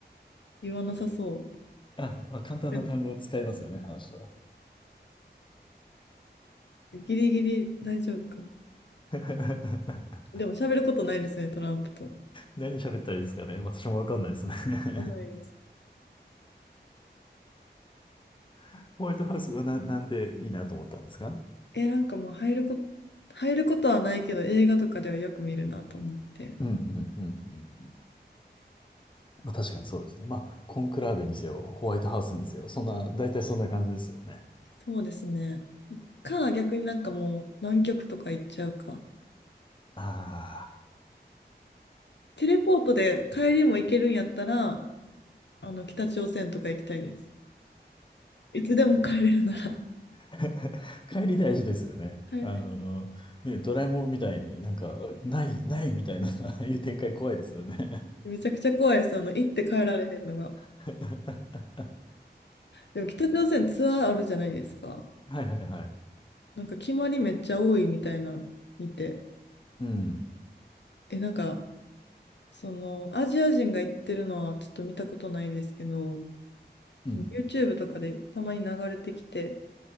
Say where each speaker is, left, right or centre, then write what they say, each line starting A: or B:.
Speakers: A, on the left (about 80°); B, on the left (about 30°).
A: 言わなさそ
B: <laughs> あ、まあ簡単な単語を使いますよね、
A: う。うん
B: あの人は。
A: ギリギリ大丈夫かも。
B: <laughs>
A: でも喋ることないですね、トランプと。
B: 何喋ったらいいですかね。私もわかんないですね。
A: あないです。
B: <laughs> ホワイトハウスはな、なんでいいなと思ったんですか
A: え、なんかもう入ること、入ることはないけど、映画とかではよく見るなと思って。
B: うんうんうんうんうん。まあ確かにそうですね。まあ、コンクラーベにせよ、ホワイトハウスにせよ、そんな、大体そんな感じですよね。
A: そうですね。か、逆になんかもう南極とか行っちゃうか。
B: あ
A: テレポートで帰りも行けるんやったら、あの、北朝鮮とか行きたいです。いつでも帰れるなら。
B: あ。<laughs> 帰り大事ですよね。
A: はい
B: あの、ね、ドラえもんみたいになんか、ない、ないみたいな、<laughs> ああいう展開怖いですよね。
A: めちゃくちゃ怖いです。あの、行って帰られへんのが。
B: <laughs>
A: でも北朝鮮ツアーあるじゃないですか。
B: はいはいはい。
A: なんか決まりめっちゃ多いみたいなの見て。
B: うん。
A: え、なんか、その、アジア人が行ってるのはちょっと見たことないですけど、
B: うん。
A: YouTube とかでたまに流れてきて、